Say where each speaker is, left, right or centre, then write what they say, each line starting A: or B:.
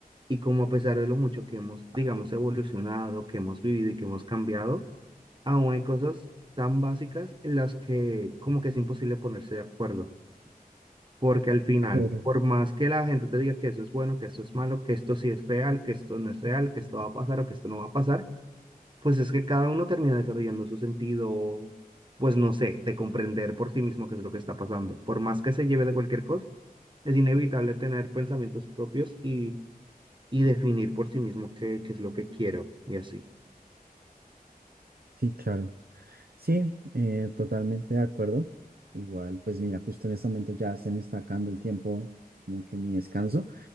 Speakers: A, on the right (about 30°); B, on the right (about 80°).
A: y como a pesar de lo mucho que hemos, digamos, evolucionado, que hemos vivido y que hemos cambiado, aún hay cosas tan básicas en las que como que es imposible ponerse de acuerdo. Porque al final,
B: correcto.
A: por más que la gente te diga que eso es bueno, que eso es malo, que esto sí es real, que esto no es real, que esto va a pasar o que esto no va a pasar, pues es que cada uno termina desarrollando su sentido, pues no sé, de comprender por sí mismo qué es lo que está pasando. Por más que se lleve de cualquier cosa, es inevitable tener pensamientos propios y, y definir por sí mismo qué, qué es lo que quiero y así.
B: Sí, claro. Sí, eh, totalmente de acuerdo. Igual, pues mira, justo en este momento ya se me está acabando el tiempo, como que mi descanso.